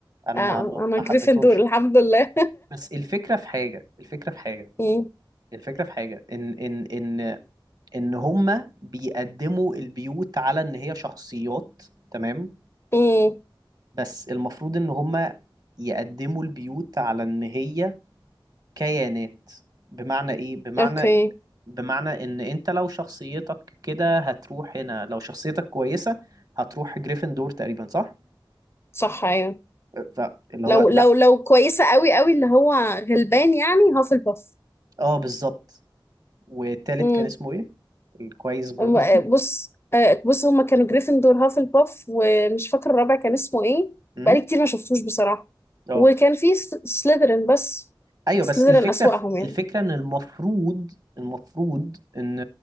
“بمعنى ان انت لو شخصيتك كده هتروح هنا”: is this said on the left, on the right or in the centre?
Right